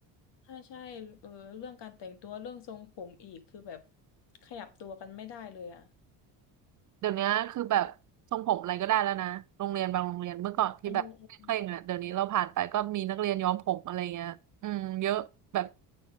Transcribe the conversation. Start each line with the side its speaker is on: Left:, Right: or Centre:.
Left: ใช่ใช่เออเรื่องการแต่งตัวเรื่องทรงผมอีกคือแบบขยับตัวกันไม่ได้เลยอ่ะ
Right: เดี๋ยวนี้คือแบบทรงผมอะไรก็ได้แล้วนะโรงเรียนบางโรงเรียนเมื่อก่อนที่แบบเคร่งๆอ่ะเดี๋ยวนี้เราผ่านไปก็มีนักเรียนย้อมผมอะไรเงี้ยอืมเยอะแบบ
Left: เออเออ